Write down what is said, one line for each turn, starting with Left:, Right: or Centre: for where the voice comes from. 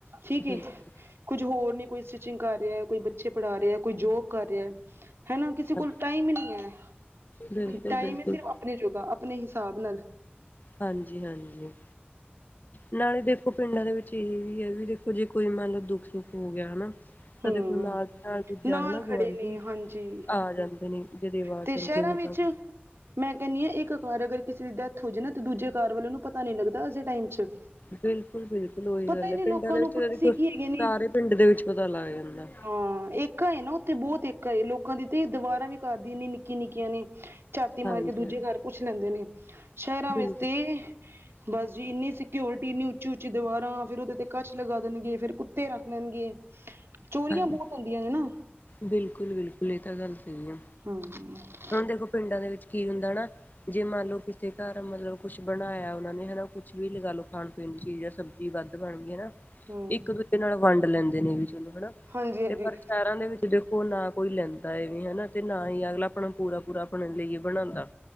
Right: ਠੀਕ ਐ
Left: ਬਿਲਕੁਲ
Right: ਕੁਝ ਹੋਰ ਨੀ ਕੋਈ ਸਟਿਚਿੰਗ ਕਰ ਰਿਆ, ਕੋਈ ਬੱਚੇ ਪੜ੍ਹਾ ਰਿਆ, ਕੋਈ ਜੋਬ ਕਰ ਰਿਆ ਹੈਨਾ ਕਿਸੇ
Left: ਹਾਂ,
Right: ਕੋਲ ਟਾਈਮ ਈ ਨੀ ਐ
Left: ਬਿਲਕੁਲ
Right: ਟਾਈਮ
Left: ਬਿਲਕੁਲ
Right: ਸਿਰਫ ਆਪਣੇ ਜੋਗਾ ਆਪਣੇ ਹਿਸਾਬ ਨਾਲ
Left: ਹਾਂਜੀ ਹਾਂਜੀ ਨਾਲੇ ਦੇਖੋ ਪਿੰਡਾਂ ਦੇ ਵਿੱਚ ਏ ਵੀ ਐ ਵੀ ਦੇਖੋ ਜੇ ਕੋਈ ਮੰਨ ਲਓ ਦੁੱਖ ਸੁੱਖ ਹੋ ਗਿਆ ਹਨਾ ਕਦੇ
Right: ਹਮ
Left: ਕੋਲ ਨਾ ਨਾਲ ਦੂਜਾ ਹਨਾ
Right: ਖੜੇ
Left: ਗਆਂਢੀ
Right: ਨੇ ਹਾਂਜੀ
Left: ਆ ਜਾਂਦੇ ਨੇ ਜਿਦੀ ਆਵਾਜ਼
Right: ਤੇ
Left: ਸੁਣ
Right: ਸ਼ਹਿਰਾਂ
Left: ਕੇ ਵੀ
Right: ਵਿੱਚ
Left: ਸਾ
Right: ਮੈਂ ਕਹਿੰਨੀ ਆ, ਇੱਕ ਘਾਰ ਅਗਰ ਕਿਸੇ ਦੀ ਡੈਥ ਹੋ ਜਾਏ ਨਾ, ਦੂਜੇ ਘਾਰ ਵਾਲੇ ਨੂੰ ਪਤਾ ਨੀ ਲੱਗਦਾ, ਅੱਜ ਦੇ ਟਾਈਮ ਚ
Left: ਬਿਲਕੁਲ- ਬਿਲਕੁਲ ਉਹੀ
Right: ਪਤਾ
Left: ਗੱਲ
Right: ਹੀ
Left: ਹੈ,
Right: ਨਹੀਂ
Left: ਪਿੰਡਾਂ
Right: ਲੋਕਾਂ
Left: ਦੇ
Right: ਨੂੰ
Left: ਵਿੱਚ
Right: ਪੜੋਸੀ
Left: ਦੇਖੋ,
Right: ਕੀ ਹੈਗੇ ਨੇ
Left: ਸਾਰੇ ਪਿੰਡ ਦੇ ਵਿੱਚ ਪਤਾ ਲੱਗ ਜਾਂਦਾ।
Right: ਹਾਂ ਏਕਾ ਏ ਨਾ, ਉੱਥੇ ਬਹੁਤ ਏਕਾ ਏ, ਲੋਕਾਂ ਦੀ ਤੇ ਦੀਵਾਰਾਂ ਵੀ ਘਰ ਦੀ ਇਨੀਂ ਨਿੱਕੀਆਂ- ਨਿੱਕੀਆਂ ਨੇ। ਝਾਤੀ ਮਾਰ
Left: ਹਾਂਜੀ
Right: ਕੇ, ਦੂਜੇ
Left: ਹਾਂਜੀ
Right: ਘਰ ਪੁੱਛ ਲੈਂਦੇ ਨੇ, ਸ਼ਹਿਰਾਂ
Left: ਬਿਲਕੁਲ
Right: ਵਿੱਚ ਤੇ ਬਸ ਜੀ ਇੰਨੀ, ਸਿਕਉਰਿਟੀ ਇੰਨੀ ਉੱਚੀ -ਉੱਚੀ ਦੀਵਾਰਾਂ, ਫੇਰ ਉਹਦੇ ਤੇ ਕੱਚ ਲਗਾ ਦੇਣਗੇ, ਫਿਰ ਕੁੱਤੇ ਰੱਖ ਲੈਣਗੇ। ਚੋਰੀਆਂ
Left: ਹਾਂਜੀ
Right: ਬਹੁਤ, ਹੁੰਦੀਆਂ ਨੇ ਨਾ।
Left: ਬਿਲਕੁਲ- ਬਿਲਕੁਲ, ਇਹ ਤਾਂ ਗੱਲ ਸਹੀ ਆ।
Right: ਹਾਂ
Left: ਹੁਣ ਦੇਖੋ ਪਿੰਡਾਂ ਦੇ ਵਿੱਚ ਕੀ ਹੁੰਦਾ ਹਨਾ ਜੇ ਮੰਨ ਲਓ ਕਿਸੇ ਘਰ ਮਤਲਬ ਕੁਛ ਬਣਾਇਆ ਉਨਾਂ ਨੇ ਹਨਾ ਕੁਛ ਵੀ ਲਗਾ ਲੋ ਖਾਣ ਪੀਣ ਦੀ ਚੀਜ਼ ਜਾਂ ਸਬਜ਼ੀ ਵੱਧ ਬਣਗੀ ਹਨਾ
Right: ਹਮ
Left: ਇੱਕ ਨਾਲ ਵੰਡ ਲੈਂਦੇ ਨੇ ਵੀ ਚਲੋ ਹਨਾ
Right: ਹਾਂਜੀ
Left: ਤੇ
Right: ਹਾਂਜੀ
Left: ਪਰ ਸ਼ੈਰਾ ਦੇ ਵਿੱਚ ਦੇਖੋ ਉਹ, ਨਾ ਕੋਈ ਲੈਂਦਾ ਏ ਹਨਾ ਤੇ ਨਾ ਹੀ ਅਗਲਾ ਆਪਣਾ ਪੂਰਾ- ਪੂਰਾ ਆਪਣੇ ਲਈ ਈ ਬਣਾਉਂਦਾ।